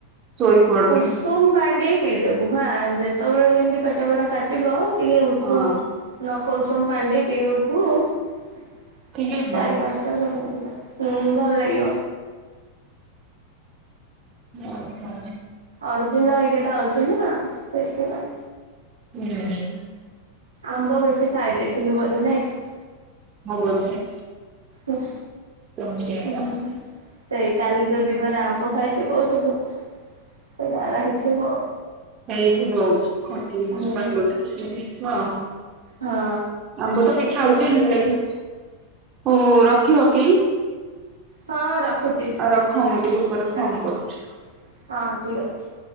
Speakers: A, on the right; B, on the right.
A: ଶୋଇ ପଡିଲି।
B: ଉଷୁମ ପାଣି ଟିକେ ପିଇଦବୁ। ହାଁ, ଯେତେବେଳେ ବି ଏମିତି ପେଟ ଫେଟ କାଟିବ। ଟିକେ ଉଷୁମ
A: ହଁ
B: ନଖ ଉଷୁମ ପାଣି ଟିକେ ପିଇ ଦଉଥିବୁ
A: ଠିକ ହେଇଯିବ
B: ଚାରି ପାଞ୍ଚ ଥର ଜନ୍ମଦିନ ହୁଁ ଭଲ ଲାଗିବ।
A: ହୁଁ, ହୁଁ।
B: ଅର୍ଜୁନ ହେଇକି ଥାଉଛନ୍ତି ନା ସେଥିପାଇଁ।
A: ହୁଁ।
B: ଆମ୍ବ ବେଶୀ ଖାଇ ଦେଇେଇଥିଲୁ ବୋଧେ ନାଇଁ?
A: ହୁଁ ବୋଧେ!
B: ହଁ,
A: ସେମିତି ଏକା
B: ହୁଁ। ସେଇ କାଲି ଯୋଉ ଦିନରେ ଆମ୍ବ ଖାଇଛି କହୁଥିଲୁ। ସେଇଟାଗା ହେଇଥିବ।
A: ଏଇ ସବୁ ଆଉ ଖଟା ଜିନିଷ
B: ହୁଁ
A: ପାଇଁ ବଧେ ହେଇଥିବ ଆଉ।
B: ହଁ
A: ଆମ୍ବ ତ ମିଠା ଆଉଛି ଭଲ ବି। ହଉ ରଖିବ କି?
B: ହଁ, ରଖୁଛି।
A: ଆଉ ରଖ ମୁଁ ଟିକେ ପରେ ଫୋନ
B: କାଟ୍!
A: କରୁଛି।
B: ହଁ ଠିକ୍ ଅଛି।